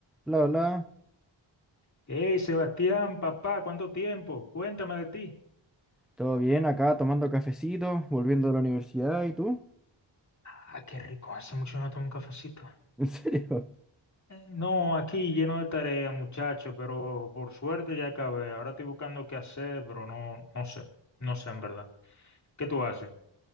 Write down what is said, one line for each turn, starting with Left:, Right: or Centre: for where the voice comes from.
Centre: Bla, bla.
Left: Hey, Sebastián, papá, ¿cuánto tiempo? Cuéntame de ti.
Centre: Todo bien acá, tomando cafecito, volviendo de la universidad. ¿Y tú?
Left: Ah, qué rico, hace mucho no tomo un cafecito.
Centre: <laughs> ¿En serio?
Left: Eh, No, aquí lleno de tarea, muchacho, pero por suerte ya acabé. Ahora estoy buscando qué hacer, pero no, no sé, no sé en verdad. ¿Qué tú haces?